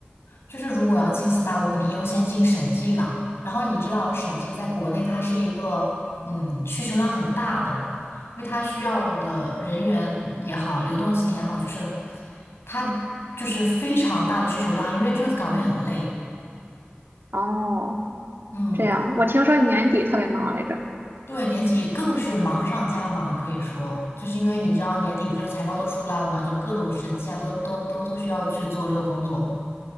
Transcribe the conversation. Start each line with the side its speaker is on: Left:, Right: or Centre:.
Left: 就是如果要进四大，我肯定优先进审计岗。然后你知道，审计在国内它是一个嗯需求量很大的，因为它需要的人员也好，流动性也好，就是它就是非常大的需求量，因为这个岗位很累。
Right: 哦，
Left: 嗯，
Right: 这样，我听说年底特别忙来着。
Left: 对，年底更是忙上加忙，可以说就是因为你知道年底不就是财报都出来了嘛，就各种审计啊，都都都都需要去做这个工作。